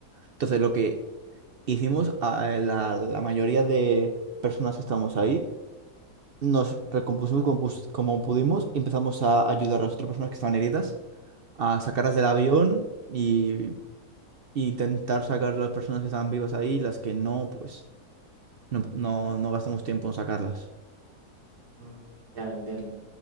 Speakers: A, on the right; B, on the right.
A: Entonces, lo que Hicimos a la, la mayoría de personas que estábamos ahí, nos recompusimos como, pus- como pudimos y empezamos a ayudar a las otras personas que estaban heridas, a sacarlas del avión y, y intentar sacar a las personas que estaban vivas ahí, las que no, pues no, no, no gastamos tiempo en sacarlas.
B: Mm, ya lo entiendo.